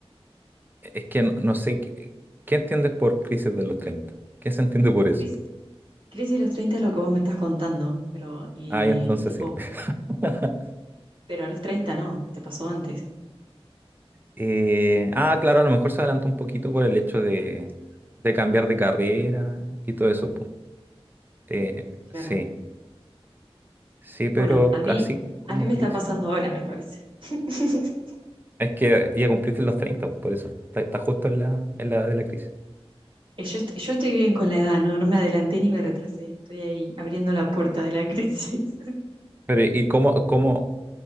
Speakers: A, on the right (about 20°); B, on the right (about 50°).
A: Es que no, no sé qué, qué entiendes por crisis de los 30. ¿Qué se entiende por eso?
B: Crisis, crisis de los 30 es lo que vos me estás contando, pero, y,
A: Ay, entonces
B: tipo,
A: sí. <laughs>
B: pero a los 30 no, te pasó antes.
A: Eh, ah, claro, a lo mejor se adelantó un poquito por el hecho de, de cambiar de carrera y todo eso. pu. Eh,
B: Claro.
A: sí, sí,
B: Bueno,
A: pero
B: a mí,
A: así como
B: a mí me
A: crisis.
B: está pasando
A: ¿no?
B: ahora, me parece. <laughs>
A: Es que ya cumpliste los 30, pues, por eso. Está, está justo en la, en la de la crisis.
B: Eh, Yo, est- yo estoy bien con la edad, no, no me adelanté ni me retrasé, estoy ahí abriendo la puerta de la <laughs> crisis.
A: Pero, ¿y cómo, cómo,